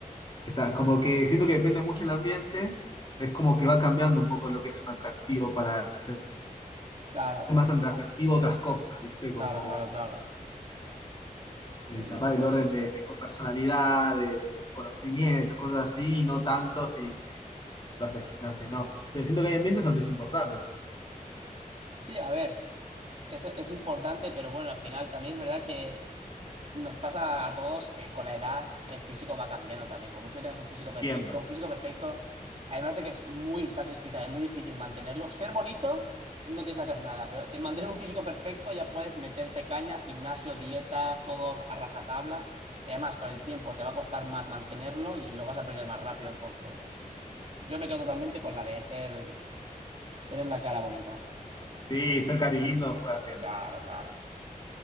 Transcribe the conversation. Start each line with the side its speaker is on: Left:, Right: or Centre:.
Left: está, como que siento que depende mucho el ambiente, es como que va cambiando un poco lo que es un atractivo para ser
Right: Claro,
Left: más atractivo otras cosas, ¿viste? Como
Right: claro, claro, claro.
Left: eh,
Right: Sí, sí,
Left: capaz
Right: pues muy
Left: del orden
Right: bien.
Left: de, de personalidad, de, de tus conocimientos, cosas así, y no tanto si, si, si vas al gimnasio o no. Pero siento que hay ambientes donde es importante, también,
Right: Sí, a ver, es, es importante, pero bueno, al final también es verdad que nos pasa a todos, eh, con la edad, el físico va cambiando también. Por mucho que tengas un físico perfecto,
Left: siempre.
Right: un físico perfecto, además de que es muy sacrificado, es muy difícil mantenerlo. Ser bonito, no tienes que hacer nada, pero te- mantener un físico perfecto ya puedes meterte caña, gimnasio, dieta, todo a rajatabla. Y además, con el tiempo te va a costar más mantenerlo y lo vas a perder más rápido, entonces. Yo me quedo totalmente con la de ser, tener la cara bonita.
Left: Sí, ser cari lindo juega siempre.
Right: Claro, claro.